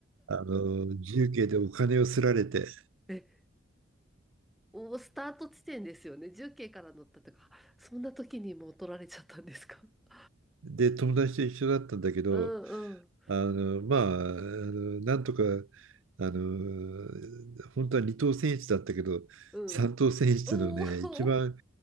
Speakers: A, on the right; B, in the centre.
A: あの、自由形でお金をすられて、
B: え、お、スタート地点ですよね。重慶から乗ったとか、あそんな時にもう取られちゃったんですか。<laughs>
A: で、友達と一緒だったんだけど、
B: うんうん
A: あの、まあ、あのなんとか、あの、本当は二等選室だったけど、
B: うん。
A: 三等選室のね、
B: おお、
A: 一番、
B: <laughs>